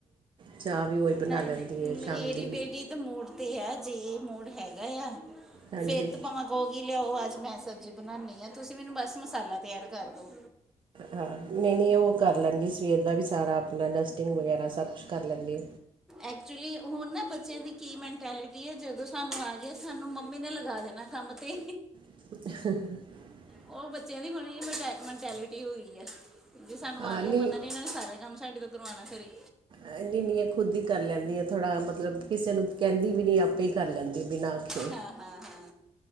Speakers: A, on the right (about 40°); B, in the centre.
A: ਚਾਹ ਵੀ ਉਹੀ ਬਣਾ
B: ਨਹੀਂ,
A: ਲੈਂਦੀ
B: ਨਹੀਂ
A: ਹੈ
B: ਮੇਰੀ
A: ਸ਼ਾਮ ਦੀ
B: ਬੇਟੀ ਤੇ ਮੂਡ ਤੇ ਆ ਜੇ ਇਹ ਮੂਡ ਹੈਗਾ ਆ
A: ਹਾਂਜੀ
B: ਫੇਰ ਤਾਂ ਭਵਾਂ ਉਹ ਕੀ ਲਿਆਓ ਅੱਜ ਮੈਂ ਸਬਜ਼ੀ ਬਣਾਉਦੀ ਹਾਂ ਤੁਸੀਂ ਮੈਨੂੰ ਬਸ ਮਸਾਲਾ ਤਿਆਰ ਕਰ ਦਿਉ।
A: ਹਾਂ ਨਹੀਂ, ਨਹੀਂ ਉਹ ਕਰ ਲੈਂਦੀ ਸਵੇਰ ਦਾ ਵੀ ਸਾਰਾ ਆਪਣਾ ਡਸਟਿੰਗ ਵਗੈਰਾ ਸਭ ਕੁਛ ਕਰ ਲੈਂਦੀ।
B: ਐਕਚੁਲੀ ਹੁਣ ਨਾ ਬੱਚਿਆਂ ਦੀ ਕੀ ਮੈਂਟੈਲਿਟੀ ਹੈ ਜਦੋਂ ਸਾਨੂੰ ਆ ਗਏ ਸਾਨੂੰ ਮੰਮੀ ਨੇ ਲਗਾ ਦੇਣਾ ਕੰਮ ਤੇ
A: <unintelligible>
B: ਉਹ ਬੱਚਿਆਂ ਦੀ ਮਟ ਮੈਂਟੈਲਿਟੀ ਹੋ ਗਈ ਐ। ਜੇ ਸਾਨੂੰ
A: ਹਾਂ
B: ਆ ਗਿਆ
A: ਨਹੀਂ
B: ਪਤਾ ਨੀ ਇਹਨਾਂ ਨੇ ਸਾਰਾ ਕੰਮ ਸਾਡੇ ਤੋਂ ਕਰਵਾਉਣਾ ਖਰੇ।
A: ਕਹਿੰਦੀ ਨਹੀਂ ਐ ਖੁਦ ਹੀ ਕਰ ਲੈਂਦੀ ਐ, ਥੋੜ੍ਹਾ ਮਤਲਬ ਕਿਸੇ ਨੂੰ ਕਹਿੰਦੀ ਵੀ ਨਹੀਂ ਆਪੇ ਹੀ ਕਰ ਲੈਂਦੀ ਬਿਨਾਂ ਆਖੇ।
B: ਹਾਂ ਹਾਂ ਹਾਂ